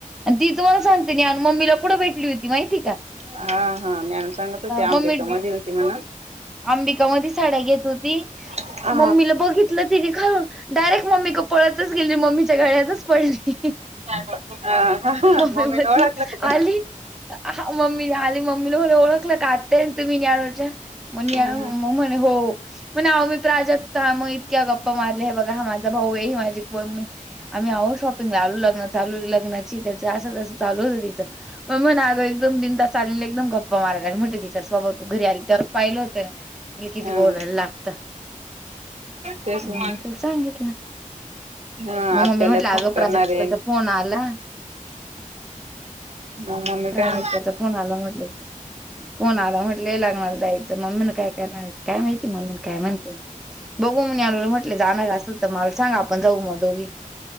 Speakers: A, in the centre; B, on the right.
A: ती तुम्हाला सांगते ज्ञानू मम्मीला कुठे भेटली होती. माहिती का?
B: हा हा ज्ञानू सांगत होती,
A: मम्मी
B: अंबिका मधी होती म्हणं.
A: अंबिका मधी साड्या घेत होती,
B: हा
A: मम्मीला बघितलं तिनं खालून. डायरेक्ट मम्मी पळतच गेली, मम्मीच्या गळ्यातच पडली.
B: हा हा
A: मम्मी
B: मम्मीने
A: म्हणती
B: ओळखलं का पण
A: आली. हां मम्मी आली मम्मीला म्हणं ओळखलं का आत्याय ना तुम्ही ज्ञानूच्या मग म्हण
B: हा हा
A: म्हणे हो म्हणे आहो मी प्राजक्ता <unintelligible> इतक्या गप्पा मारल्या हे बघा हा माझा भाऊ आहे, ही माझी मम्मी आम्ही आहो शॉपि <unintelligible> लग्न चालू लग्नाची त्या असं तसं चालू होत तिचं. मम्मी म्हणं अगं एकदम बिनधास्त आली न एकदम गप्पा मारया लागली, म्हटलं तिचा स्वभाव तू घरी आली तेव्ह पाहिलं होतं, तिला किती
B: हा.
A: बोलायला लागत.
B: तेच
A: अं
B: ना.
A: त्याला सांगितलं.
B: हा
A: मग
B: आत्याला
A: मम्मी म्हटलं,
B: फोन
A: अगं
B: करणार
A: प्राजक्ताचा
B: आहे.
A: फोन आला.
B: ह ममी
A: प्राजक्ताचा
B: काय
A: फोन आला म्हटलं फोन आला म्हटलंय लागणार त्या मम्मीन काय करणार काय माहिती म्मी काय म्हणते बघू म्हनी म्हटले जाणार असेल तर मला सांगा आपण जाऊ मग दोघी